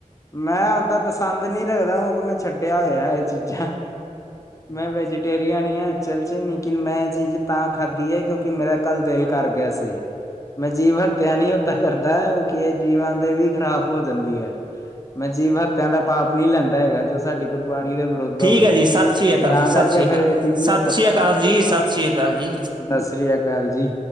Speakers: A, on the left (about 25°); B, on the right (about 35°).
A: ਮੈਂ ਓਦਾਂ ਪਸੰਦ ਨਹੀਂ ਰੱਖਦਾ, ਕਿਉਕਿ ਮੈਂ ਛੱਡਿਆ ਹੋਇਆ ਇਹ ਚੀਜ਼ਾਂ ਮੈਂ ਵੈਜੀਟੇਰੀਅਨ ਹਾਂ, ਚਲਚ ਲੇਕਿਨ ਮੈਂ ਇਹ ਚੀਜ਼ ਤਾਂ ਖਾਧੀ ਹੈ ਕਿਉਂਕਿ ਮੇਰਾ ਕੱਲ ਦਿਲ ਕਰ ਗਿਆ ਸੀ ਮੈਂ ਜੀਵ ਹੱਤਿਆ ਨਹੀਂ ਓਦਾਂ ਕਰਦਾ, ਉਹ ਕੀ ਜੀਵਾਂ ਦੇ ਵੀ ਖ਼ਰਾਬ ਹੋ ਜਾਂਦੀ ਹੈ ਮੈਂ ਜੀਬ ਹੱਤਿਆ ਦਾ ਪਾਪ ਨਹੀਂ ਲੈਂਦਾ ਹੈਗਾ, ਜੋ ਸਾਡੀ ਗੁਰਬਾਣੀ ਦੇ ਵਿਰੁੱਧ
B: ਠੀਕ
A: ਹੋਵੇ।
B: ਹੈ ਜੀ, ਸਤਿ ਸ਼੍ਰੀ ਅਕਾਲ
A: ਤਾਂ
B: ਜੀ, ਸਤਿ
A: ਕਰਕੇ
B: ਸ਼੍ਰੀ
A: ਫੇਰ
B: ਅਕਾਲ
A: ਇਹ
B: ਜ,
A: ਚੀਜ਼
B: ਸਤਿ
A: ਨੀ
B: ਸ਼੍ਰੀ ਅਕਾਲ ਜੀ- ਸਤਿ ਸ਼੍ਰੀ ਅਕਾਲ ਜੀ
A: ਸਾਤ ਸ੍ਰੀ ਅਕਾਲ ਜੀ